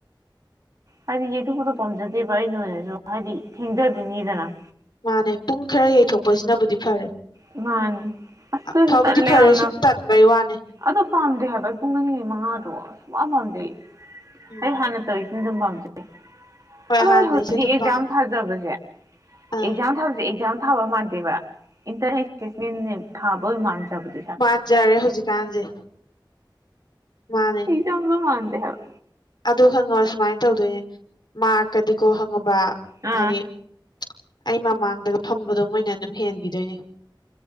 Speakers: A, on the right; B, on the left.
A: ꯍꯥꯏꯗꯤ ꯌꯩꯊꯣꯛꯄꯗꯣ ꯄꯥꯝꯖꯗꯦꯕ ꯑꯩꯅ ꯑꯣꯏꯅꯁꯨ ꯍꯥꯏꯗꯤ ꯊꯦꯡꯖꯗꯨꯢꯅꯤꯗꯅ
B: ꯃꯥꯅꯦ ꯄꯨꯡ ꯈꯔ ꯌꯩꯊꯣꯛꯄꯁꯤꯅꯕꯨꯗꯤ ꯐꯔꯦ
A: ꯃꯥꯅꯤ ꯑꯁ ꯑꯗꯨꯏꯁꯨ
B: ꯐꯕꯗꯤ
A: ꯇꯜꯂꯦ
B: ꯐꯔꯦ
A: ꯌꯥꯝꯅ
B: ꯁꯨꯝ ꯇꯟꯕꯩ ꯋꯥꯅꯦ
A: ꯑꯗꯣ ꯄꯥꯝꯗꯦ ꯍꯥꯏꯕ ꯑꯩ ꯄꯨꯡ ꯑꯅꯤꯒꯤ ꯃꯉꯥꯗꯣ ꯁꯨꯛ ꯄꯥꯝꯖꯩ
B: ꯎꯝ
A: ꯑꯩ ꯍꯥꯟꯅ ꯇꯧꯔꯤꯁꯦ ꯑꯗꯨꯝ ꯄꯥꯝꯖꯩ
B: ꯍꯣꯏ
A: ꯑꯗꯣꯏ
B: ꯍꯥꯟꯅꯩꯁꯦ
A: ꯍꯧꯖꯤꯛ
B: ꯑꯗꯨꯝ
A: ꯑꯦꯛꯖꯥꯝ
B: ꯄꯥꯝꯃꯦ
A: ꯊꯥꯖꯕꯁꯦ
B: ꯑꯥ
A: ꯑꯦꯛꯖꯥꯝ ꯊꯥꯕꯁꯦ ꯑꯦꯛꯖꯥꯝ ꯊꯥꯕ ꯃꯥꯟꯗꯦꯕ ꯏꯟꯇꯔꯅꯦ ꯑꯦꯁꯦꯁꯃꯦꯟ ꯊꯥꯕ ꯃꯥꯟꯖꯕꯗꯨ
B: ꯃꯥꯟꯖꯔꯦ ꯍꯧꯖꯤꯛꯀꯥꯟꯁꯦ ꯃꯥꯅꯦ
A: ꯆꯣꯡ ꯃꯥꯟꯗ ꯍꯥꯏꯕ
B: ꯑꯗꯨ ꯈꯪꯉꯕ ꯁꯨꯃꯥꯏꯅ ꯇꯧꯗꯣꯏꯅꯦ ꯃꯥꯔꯀꯗꯤꯀꯣ ꯈꯪꯉꯕ
A: ꯑꯥ
B: ꯍꯥꯏꯗꯤ ꯑꯩ ꯃꯃꯥꯡꯗꯒ ꯐꯝꯕꯗꯣ ꯃꯣꯏꯅ ꯑꯗꯨꯝ ꯍꯦꯟꯒꯤꯗꯣꯏꯅꯦ